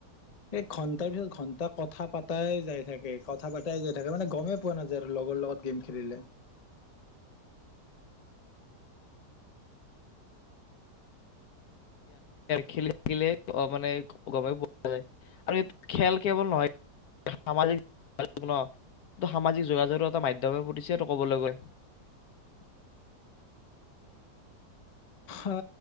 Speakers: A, on the left; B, on the left.
A: এ ঘন্টাৰ পিছত ঘন্টা কথা পাতাই যাই থাকে কথা পাতাই যাই থাকে মানে গমেই পোৱা নাযায় আৰু লগৰ লগত গেম খেলিলে।
B: খে খেলে অ' মানে গমেই পোৱা যায় আৰু এই খেল কেৱল নহয় সামাজিক ন সামাজিক যোগাযোগৰ এটা মাধ্যমে পৰিছে এইটো কবলৈ গৈ
A: অ